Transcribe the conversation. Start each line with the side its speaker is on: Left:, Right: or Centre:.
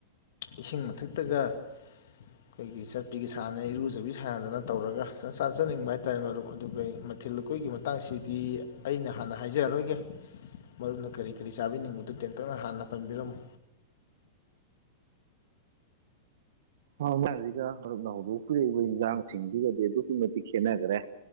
Left: ꯏꯁꯤꯡ ꯃꯊꯛꯇꯒ ꯑꯩꯈꯣꯏꯒꯤ ꯆꯠ ꯇꯤꯒꯤ ꯁꯥꯥꯟꯅꯩ ꯏꯔꯨꯖꯕꯤ ꯁꯥꯟꯅꯗꯅ ꯇꯧꯔꯒ ꯁ ꯆꯥꯖꯅꯤꯡꯕ ꯍꯥꯏꯇꯥꯔꯦ ꯃꯔꯨꯞ ꯑꯗꯨꯒꯤ ꯃ ꯊꯤꯜ ꯂꯨꯀꯣꯏꯒꯤ ꯃꯇꯥꯡꯁꯤꯗꯤ ꯑꯩꯅ ꯍꯥꯟꯅ ꯍꯥꯏꯖꯔꯔꯣꯏꯒꯦ ꯃꯔꯨꯞꯅ ꯀꯔꯤ ꯀꯔꯤ ꯆꯥꯕꯤꯅꯤꯡꯕꯗꯨ ꯇꯦꯟꯇꯛꯅ ꯍꯥꯟꯅ ꯄꯟꯕꯤꯔꯝꯃꯨ
Right: <unintelligible> ꯃꯔꯨꯞꯅ ꯍꯧꯗꯣꯄꯤꯔꯛꯏꯕ ꯏꯪꯖꯥꯡꯁꯤꯡꯗꯨꯒꯗꯤ ꯑꯗꯨꯛꯀꯤ ꯃꯇꯤꯛ ꯈꯦꯠꯅꯒ꯭ꯔꯦ